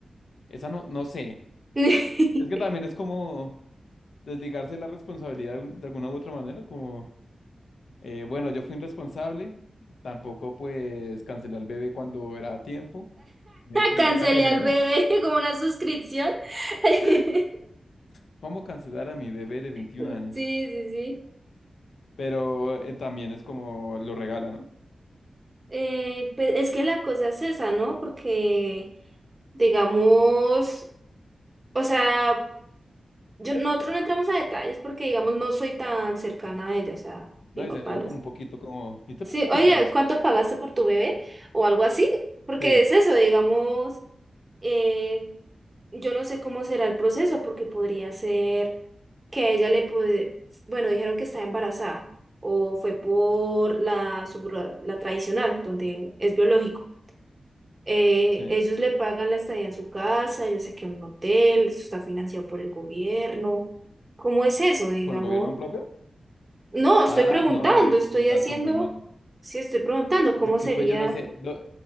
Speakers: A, on the left; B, on the right.
A: Esa no, no sé.
B: <laughs>
A: Es que también es como desligarse de la responsabilidad de un- de alguna u otra manera, como, eh, bueno, yo fui irresponsable, tampoco pues cancelé al bebé cuando era a tiempo, me, me
B: Cancelé
A: toca tenerlo.
B: al bebé <laughs> como una suscripción. <laughs>
A: <laughs> ¿Cómo cancelar a mi bebé de 21
B: Sí,
A: años?
B: sí, sí.
A: Pero eh, también es como lo regala, ¿no?
B: Eh, pues, es que la cosa es esa, ¿no? Porque, digamos, o sea... Yo, nosotros no entramos a detalles porque, digamos, no soy tan cercana a ella, o sea,
A: No,
B: mi papá
A: y sería
B: no
A: como
B: es.
A: un poquito como, ¿y usted
B: Sí,
A: para qué quiere
B: oye,
A: saber eso?
B: ¿cuánto pagaste por tu bebé? O algo así, porque
A: Sí,
B: es eso, digamos, eh, yo no sé cómo será el proceso, porque podría ser que a ella le puede, bueno, dijeron que está embarazada, o fue por la, subro- la tradicional, donde es biológico. Eh,
A: sí.
B: ellos le pagan la estadía en su casa, ella se queda en un hotel, eso está financiado por el gobierno. ¿Cómo es eso, digamos?
A: ¿Por el gobierno propio?
B: No, estoy
A: Ah,
B: preguntando,
A: no, pensé
B: estoy
A: que me estás
B: haciendo,
A: confirmando.
B: sí, estoy preguntando cómo
A: De Que
B: sería.
A: pues yo no sé. lo-